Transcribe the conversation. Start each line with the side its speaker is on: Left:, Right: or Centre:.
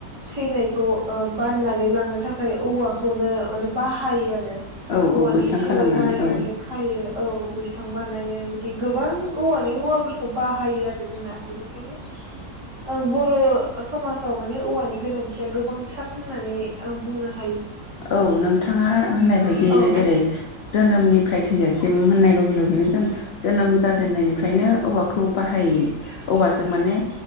Right: थैनायखौ ओ बाननानानै लांनो थाखाय औवाखौनो माने बाहायो आरो
Left: औ
Right: औवानि
Left: औ बैसां
Right: थेवल
Left: खालामनानै
Right: बानायनानै
Left: औ
Right: खायो औ बैसां बानायो बिदि गोबां औवानि मुवाफोरखौ खौ बाहायो आरो जोंना बेनि नो बर'। समाजाव माने औवानि गोनांथिया गोबांथार होननानै आ बुंनो ह
Left: औ नोंथाङा
Right: औ
Left: होननाय बायदियैनो जेरै जोनोमनि जोनोमनिफ्राय थैजासिम होननाय लगे लगेनो जों जोनोम जाजेननायनिफ्रायनो औवाखौ बाहायो औवाजों माने